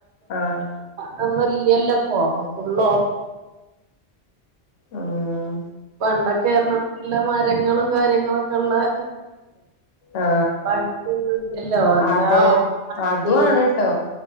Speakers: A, on the left; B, on the right.
A: ആഹ്
B: <unintelligible> എല്ല ഫുള്ളഓഫ്
A: ആഹ
B: പണ്ടൊക്കെറ <unintelligible> രങ്ങളും കാര്യങ്ങളൊക്കെള്ളെ
A: ആ
B: ഇല്ലല്ലോ എല്ലാം
A: അതെ
B: ഓപ്പണാക്കി
A: അതു
B: വെട്ടി
A: ആണ് ട്ടോ